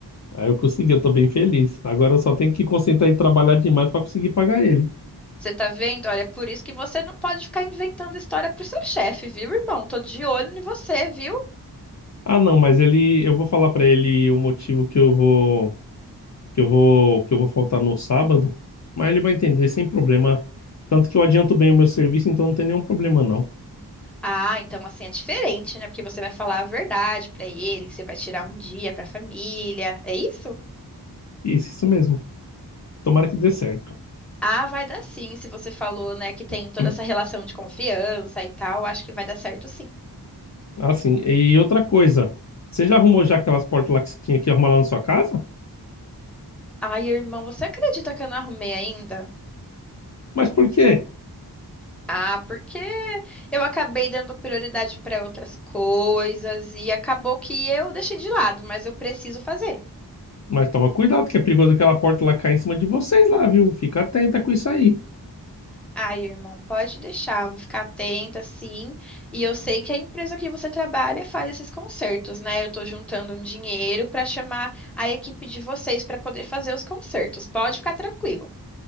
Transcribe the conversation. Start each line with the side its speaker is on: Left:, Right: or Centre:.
Left: Aí eu consegui, eu tô bem feliz. Agora eu só tenho que concentrar em trabalhar demais para conseguir pagar ele.
Centre: Você tá vendo? Olha, é por isso que você não pode ficar inventando história pro seu chefe, viu, irmão? Tô de olho em você, viu?
Left: Ah, não, mas ele, eu vou falar para ele o motivo que eu vou, que eu vou, que eu vou faltar no sábado, mas ele vai entender sem problema. Tanto que eu adianto bem o meu serviço, então não tem nenhum problema não.
Centre: Ah, então assim é diferente, né? Porque você vai falar a verdade pra ele, que você vai tirar um dia pra família. É isso?
Left: Isso, isso mesmo. Tomara que dê certo.
Centre: Ah, vai dar sim, se você falou, né, que tem
Left: <clears throat>
Centre: toda essa relação de confiança e tal, acho que vai dar certo sim.
Left: Assim, e outra coisa, você já arrumou já aquelas portas lá que você tinha que arrumar lá na sua casa?
Centre: Ai, irmão, você acredita que eu não arrumei ainda?
Left: Mas por quê?
Centre: Ah, porque eu acabei dando prioridade pra outras coisas e acabou que eu deixei de lado, mas eu preciso fazer.
Left: Mas toma cuidado, que é perigoso aquela porta lá cair em cima de vocês lá, viu? Fica atenta com isso aí.
Centre: Ai, irmão, pode deixar, vou ficar atenta, sim. E eu sei que a empresa que você trabalha faz esses concertos, né? Eu tô juntando um dinheiro para chamar a equipe de vocês para poder fazer os concertos. Pode ficar tranquilo.